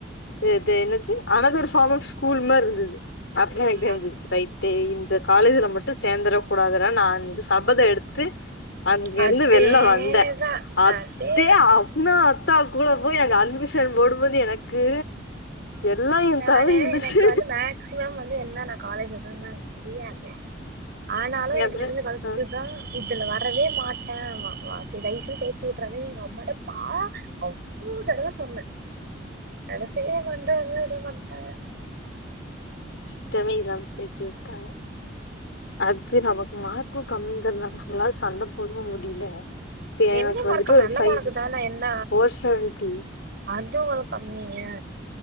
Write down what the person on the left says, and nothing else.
சே சேர் என்னத்து அனதர் ஆப் ஸ்கூல் மாரி இருந்துது அப்பவே எனக்
தெஞ்சுச்சு வைப் டே இந்த காலேஜ்ல மட்டு சேந்தர கூடாதுனு நான் இந்த சபத எடுத்துட்டு அங்கேருந்து
வெள்ல வந்தே அதே
அ அப்புனா அத்தா கூட போய் எங்க அட்மிஷன் போடும்போது எனக்கு எல்லா எ
தலையெழுத்து
அப்புறம்
ஆ
இஷ்டமே இல்லாம சேத்து விட்டாங்க அட்து நமக்கு மார்க்கு கம்மிங்கிறதுனால நம்மளாலு சண்ட போடவு முடியில இப்ப எனக்கு
வந்துட்டு ஒரு
ஃபைவ்
ஃபோர் செவன்டி